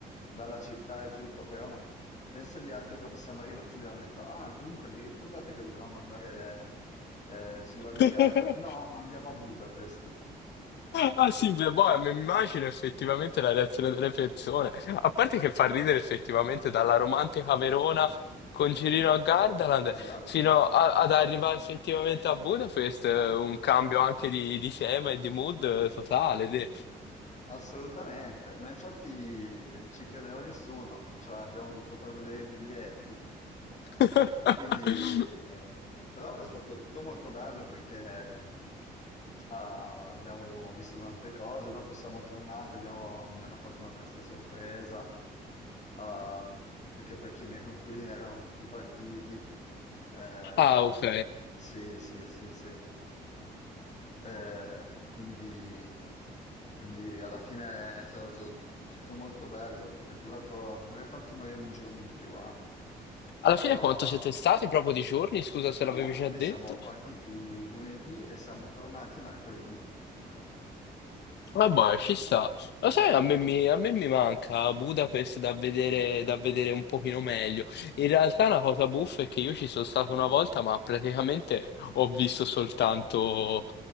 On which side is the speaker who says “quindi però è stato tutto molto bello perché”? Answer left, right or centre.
Left